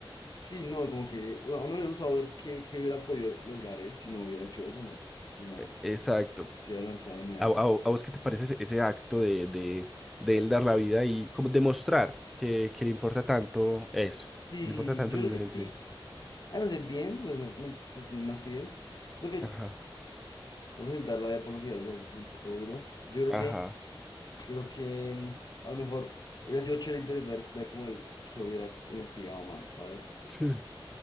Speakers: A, on the left; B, in the centre.
A: sí, no, como que bueno, a uno le gusta ver qué, qué hubiera podido lograr él si no hubiera hecho eso, ¿no? Si no,
B: e- Exacto.
A: se hubiera lanzado de inmediato.
B: ¿A, a- a vos qué te parece ese, ese acto de, de, de él dar la vida y como demostrar que, que le importa tanto eso?
A: Sí,
B: Que le importa tanto
A: yo
B: las
A: creo que
B: entrevistas.
A: sí, A ver, bien, pues, no, no, pues más que bien. Creo que
B: Ajá,
A: tal vez el dar la vida por los ideales a veces es un poco duro. Yo creo
B: ajá.
A: que, yo creo que mm, a lo mejor hubiera sido chévere ver, ver como el que hubiera investigado más, ¿sabes?
B: Sí,